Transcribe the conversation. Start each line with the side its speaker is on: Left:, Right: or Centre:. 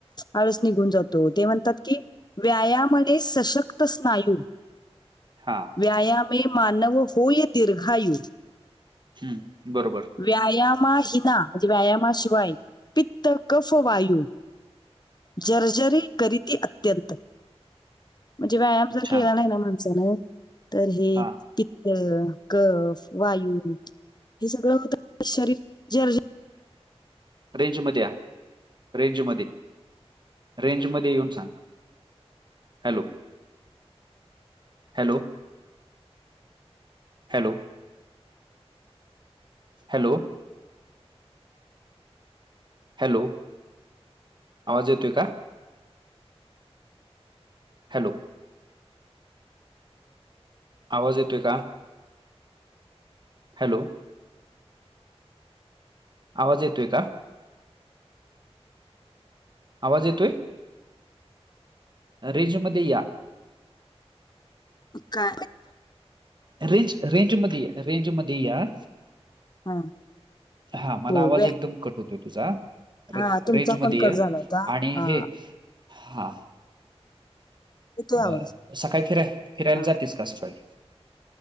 Left: आळस निघून जातो ते म्हणतात की व्यायामने सशक्त स्नायू
Right: हां.
Left: व्यायामे मानव होय दीर्घायु.
Right: हम्म बरोबर.
Left: व्यायामाहिना म्हणजे व्यायामाशिवाय पित्त कफ वायू जर्जरी करीती अत्यंत. म्हणजे व्यायाम जर
Right: छान
Left: केला नाही ना माणसान तर हे
Right: हा
Left: पित्त कफ वायू हे सगळं होत शरीर जर्जर
Right: रेंज मध्ये या रेंज मध्ये रेंज मध्ये येऊन सांग. Hello hello. Hello hello hello आवाज येतोय का? हॅलो आवाज येतोय का? हॅलो आवाज येतोय का? आवाज येतोय रेजमध्ये या
Left: अ का
Right: रेंज रेंज मध्ये रेंज मध्ये या
Left: हा
Right: हा मला
Left: हो
Right: आवाज
Left: व्या-
Right: एकदम कट होतोय तुझा े
Left: हा तुमचा
Right: रेंज
Left: पण
Right: मध्ये
Left: कट
Right: आहे
Left: झाला होता
Right: आणि
Left: हा
Right: हे हा
Left: येतोय
Right: ब
Left: आवाज
Right: सकाळी फिराय फिरायला
Left: हा
Right: जातेस का सकाळी